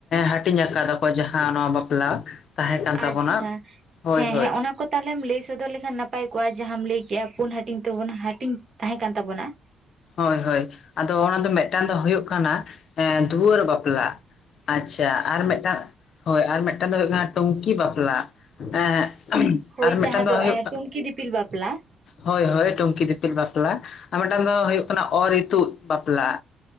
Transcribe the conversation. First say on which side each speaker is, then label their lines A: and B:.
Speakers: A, on the left; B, on the right.
A: ᱦᱟᱹᱴᱤᱧ ᱟᱠᱟᱫᱟ ᱠᱚ ᱡᱟᱦᱟᱸ ᱱᱚᱣᱟ ᱵᱟᱯᱞᱟ ᱛᱟᱦᱮᱸ ᱠᱟᱱ ᱛᱟᱵᱚᱱᱟ
B: ᱟᱪᱪᱷᱟ
A: ᱦᱳᱭ
B: ᱦᱮᱸ
A: ᱦᱳᱭ
B: ᱦᱮᱸ ᱚᱱᱟ ᱠᱚ ᱛᱟᱞᱦᱮᱢ ᱞᱟᱹᱭ ᱥᱚᱫᱚᱨ ᱞᱮᱠᱷᱟᱱ ᱱᱟᱯᱟᱭ ᱠᱚᱜᱼᱟ ᱡᱟᱦᱟᱸᱟᱢ ᱞᱟᱹᱭ ᱯᱩᱱ ᱦᱟᱹᱴᱤᱧ ᱛᱟᱵᱚ ᱦᱟᱹᱴᱤᱧ ᱛᱟᱦᱮᱸ ᱠᱟᱱ ᱛᱟᱵᱚᱱᱟ
A: ᱦᱳᱭ ᱦᱳᱭ ᱟᱫᱚ ᱚᱱᱟ ᱫᱚ ᱢᱤᱫᱴᱟᱝ ᱫᱚ ᱦᱩᱭᱩᱜ ᱠᱟᱱᱟ ᱫᱩᱣᱟᱹᱨ ᱵᱟᱯᱞᱟ ᱟᱪᱪᱷᱟ ᱟᱨ ᱢᱤᱫᱴᱟᱝ ᱦᱳᱭ ᱟᱨ ᱢᱤᱫᱴᱟᱝ ᱫᱚ ᱦᱩᱭᱩᱜ ᱠᱟᱱᱟ ᱴᱩᱝᱠᱤ ᱵᱟᱯᱞᱟ ᱮᱸ
B: ᱦᱳᱭ
A: ᱟᱨ ᱢᱤᱫᱴᱟᱝ
B: ᱡᱟᱦᱟᱸ
A: ᱫᱚ ᱦᱩᱭᱩᱜ
B: ᱮᱸ ᱴᱩᱝᱠᱤ ᱫᱤᱯᱤᱞ ᱵᱟᱯᱞᱟ
A: ᱦᱳᱭ ᱦᱳᱭ ᱴᱩᱝᱠᱤ ᱫᱤᱯᱤᱞ ᱵᱟᱯᱞᱟ ᱵᱟᱯᱞᱟ ᱟᱨ ᱢᱤᱫᱴᱟᱝ ᱫᱚ ᱦᱩᱭᱩᱜ ᱠᱟᱱᱟ ᱚᱨ ᱤᱛᱩᱫ ᱵᱟᱯᱞᱟ